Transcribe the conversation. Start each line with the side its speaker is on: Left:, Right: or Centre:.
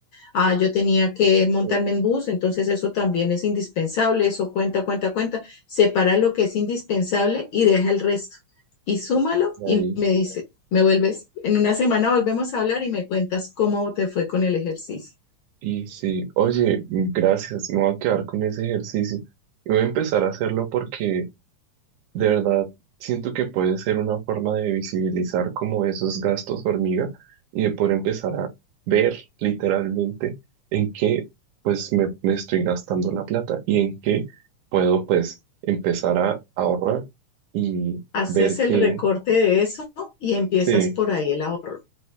Left: Ah, yo tenía que montarme
Right: Sí,
Left: en bus, entonces eso también es indispensable, eso cuenta, cuenta, cuenta. Separa lo que es indispensable y deja el resto. Y súmalo
Right: y ahí
Left: y me dice, me vuelves, en una semana volvemos a hablar y me cuentas cómo te fue con el ejercicio.
Right: Y sí, oye, gracias, me voy a quedar con ese ejercicio y voy a empezar a hacerlo porque de verdad siento que puede ser una forma de visibilizar como esos gastos hormiga y de poder empezar a ver literalmente en qué pues me, me estoy gastando la plata y en qué puedo pues empezar a ahorrar y
Left: Haces
Right: ver
Left: el
Right: que
Left: recorte de eso y empiezas
Right: sí,
Left: por ahí el ahorro.